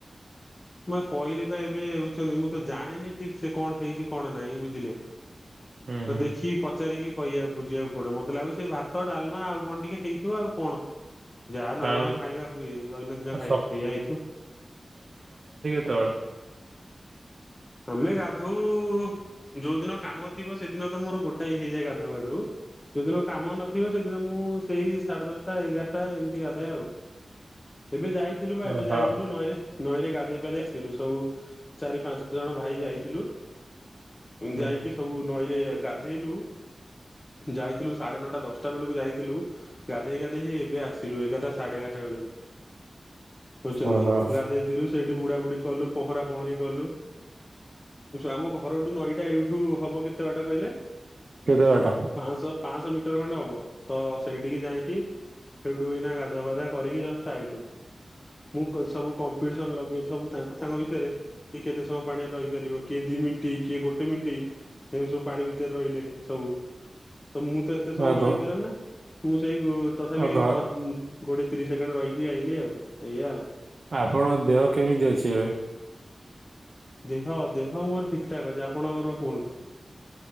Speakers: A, on the left (about 35°); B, on the right (about 65°).
A: ମା କହିଲିବା ଏବେ ହେଉଛନ୍ତି ମୁଁ ତ ଜାଣିନି ଠିକସେ କଣ ହେଇଛି କଣ ନାହିଁ ବୁଝିଲେ। ତ
B: ହୁଁ ହୁଁ
A: ଦେଖିକି ପଚାରିକି କହିବାକୁ ବୁଝିବାକୁ ପଡିବ ମତେ ଲାଗୁଚି ସେଇ ଭାତ ଡାଲମା ଆଉ କଣ ଟିକେ ହେଇଥିବ ଆଉ କଣ। ଯାହା ନର୍ମାଲ
B: ଆଉ
A: ଖାଇବା ହୁଏ ଦୈନ ଦିନ ଖାଇବା
B: ସ
A: ସେଇଆ ହେଇଥିବ।
B: ଦଳ
A: ଆମେ ଗାଧଉ ଯୋଉ ଦିନ କାମ ଥିବ ସେଦିନ ତ ମୋର ଗୋଟାଏ ହେଇଯାଏ ଗାଧଉ ଗାଧଉ। ଯୋଉଦିନ କାମ ନଥିବ ସେଦିନ ମୁଁ ସେଇ ସାଢେ ଦଶଟା ଏଗାରଟା ଏମିତି ଗାଧାଏ ଆଉ। ଏବେ ଯାଇଥିଲୁ ବା
B: ଓହୋ
A: ଏବେ ଯାଇଥିଲୁ ନଈରେ ନଈରେ ଗାଧେଇ ପାଧେଇ ଆସିଲୁ ସବୁ ଚାରି ପାଞ୍ଚ ଜଣ ଭାଇ ଯାଇଥିଲୁ
B: ହୁଁ।
A: ଯାଇକି ସବୁ ନଈରେ ଗାଧେଇଲୁ। ଯାଇଥିଲୁ ସାଢେ ନଅଟା ଦଶଟା ବେଳକୁ ଯାଇଥିଲୁ ଗାଧେଇ ଗାଧେଇ ହେଇ ଏବେ ଆସିଲୁ ଏଗା ଗା ସାଢ଼େ ଏଗାରଟା ବେଳକୁ ବୁଝଛନ୍ତି
B: ଓହୋ
A: ଗାଧେଇଥିଲୁ ସେଇଠି ବୁଡାବୁଡ଼ି କଲୁ ପହଁରା ପହଁରି କଲୁ। ଆମ ଘରଠୁ ନଈଟା ଏଇଠୁ ହବ କେତେ ବାଟ କହିଲେ?
B: କେତେ ବାଟ?
A: ପାଞ୍ଚଶହ ପାଞ୍ଚଶହ ମିଟର ଖଣ୍ଡେ ହବ ତ ସେଇଠିକି ଯାଇକି ସେଡୁ ଏଇନା ଗାଧା ପାଧୁଆ କରିକି ଜଷ୍ଟ ଆଇଲୁ। ମୁଁ ସବୁ କମ୍ପିଟିସନ ଲଗେଇ ସବୁ ତାଙ୍କ ତାଙ୍କ ଭିତରେ କିଏ କେତେ ସ ପାଣିରେ ରହିପାରିବ କିଏ ଦି ମିନିଟ୍ କିଏ ଗୋଟେ ମିନିଟ୍ ଏମିତି ସବୁ ପାଣି ଭିତରେ ରହିଲେ ସବୁ। ତ ମୁଁ ତ ଏତେ ସମୟ
B: ଆଉ
A: ରହିପାରେନା
B: ଘ
A: ମୁଁ ସେଇ ତଥାପି
B: ଆଉ ଘ
A: ପ କୋ ତିରିଶ ସେକେଣ୍ଡ ରହିକି ଆଇଲିି ଆଉ ଏଇଆ ଆଉ।
B: ଆପଣଙ୍କ ଦେହ କେମିତି ଅଛି ଏବେ?
A: ଦେହ ଦେହ ମୋର ଠିକଠାକ୍ ଅଛି ଆପଣଙ୍କର କୁହନ୍ତୁ?